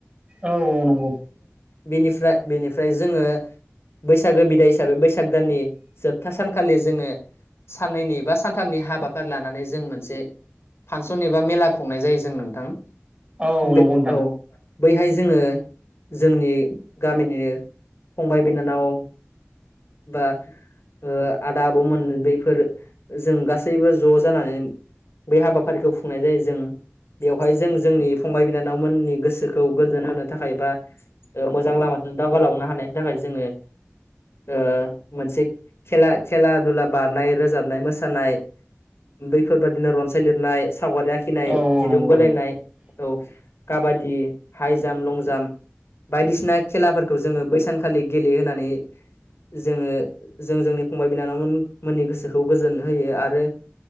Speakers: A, on the right (about 20°); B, on the left (about 55°).
A: औ औ नंगौ।
B: बेनिफ्राय बेनिफ्राय जोङो बैसागो बिदाय हिसाबै बैसाग दाननि जोबथा सानखालि जोङो साननैनि बा सानथामनि हाबाफारि लानानै जों मोनसे फानसन एबा मेला खुंनाय जायो जों नोंथां।
A: औ
B: बे
A: नंगौ नोंथां।
B: औ बैहाय जोङो जोंनि गामिनिनो फंबाय बिनानाव बा ओ आदा आबमोन बे फोर जों गासैबो ज' जानानै बे हाबाफारिखौ खुंनाय जायो जों बेवहाय जों जोंनि फंबाय बिनानावमोननि गोसोखौ गोजोन होनो थाखाय बा ओ मोजां लामा जों दावगालांनो हानायनि थाखाय जोङो ओ मोनसे खेला खेला दुला बार नाय रोजाबनाय मोसानाय बैफोरबादिनो रनसाय लिरनाय सावगारि आखिनाय
A: औ औ
B: दिरुं
A: नंगौ
B: बोलायनाय
A: नोंथां
B: औ काबादि हाइ जाम्प, लं जाम्प बायदिसिना खेलाफोरखौ जोङो बैसानखालि गेलेहनानै जोङो जों जोंनि फंबाय बिनानावमोन मोननि गोसोखौ गोजोन होयो आरो।